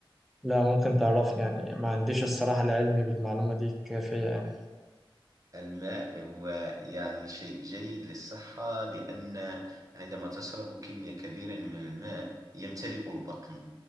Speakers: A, in the centre; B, on the right (about 40°).
A: لا ممكن تعرفني يعني ما عنديش الصراحة العلم بالمعلومة دي كافية يعني
B: الماء هو يعني شيء جيد للصحة لأن عندما تشرب كمية كبيرة من الماء يمتلئ البطن